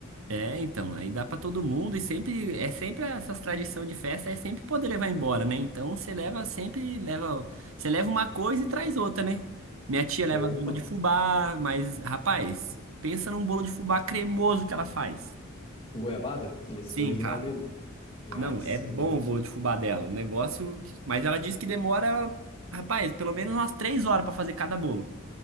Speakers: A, on the right; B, on the left.
A: É, então, aí dá pra todo mundo e sempre, é sempre essas tradição de festa, é sempre poder levar embora, né? Então você leva sempre, leva, você leva uma coisa e traz outra, né? Minha tia leva
B: Opa,
A: bolo de fubá, mas, rapaz, pensa num bolo de fubá cremoso que ela faz.
B: com goiabada, aqueles
A: Sim,
B: original
A: cara.
B: mesmo. É, Aí
A: Não,
B: sim,
A: é bom o bolo de fubá dela. O negócio. Mas ela disse que demora, rapaz, pelo menos umas três horas pra fazer cada bolo.